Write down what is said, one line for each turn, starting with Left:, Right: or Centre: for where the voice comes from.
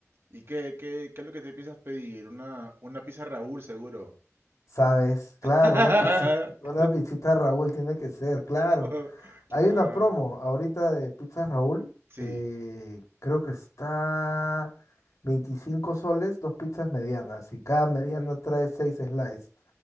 Right: ¿Y qué, qué, qué es lo que te piensas pedir? Una, una pizza Raúl, seguro.
Left: Sabes, claro,
Right: <laughs>
Left: una pizza, <laughs> una pizzita Raúl tiene que ser, claro.
Right: Oh,
Left: Hay
Right: Claro.
Left: una promo ahorita de pizza Raúl,
Right: Sí,
Left: eh, creo que está 25 soles, dos pizzas medianas, y cada mediana trae 6 slices.